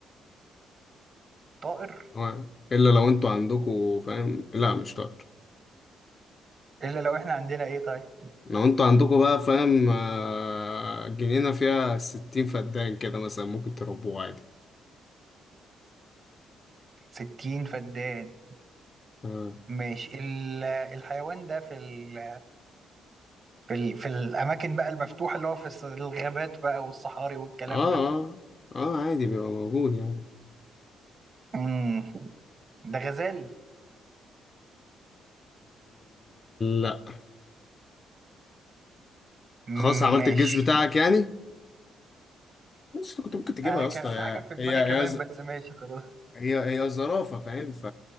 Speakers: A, on the right; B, on the left.
A: طائر
B: آه. الا لو انتوا عندكوا فاهم لا مش طائر
A: الا لو احنا عندنا ايه طيب
B: لو انتوا عندكوا بقى فاهم آه، جنينة فيها ستين فدان كده مثلا ممكن تربوه عادي
A: ستين فدان
B: اه
A: ماشي ال- الحيوان ده في ال في ال في الاماكن بقى المفتوحه اللي هو في الص- الغابات بقى والصحاري والكلام
B: اه
A: ده
B: اه آه، عادي بيبقى موجود يعني
A: مم. ده غزال
B: لا
A: مم،
B: خلاص عملت
A: ماشي
B: الجيز بتاعك يعني مش انت كنت ممكن تجيبها
A: آه
B: يا
A: كان
B: اسطى هي
A: في حاجه في دماغي
B: هي
A: كمان
B: هي ز-
A: بس ماشي خلاص
B: هي هي زرافة فاهم ف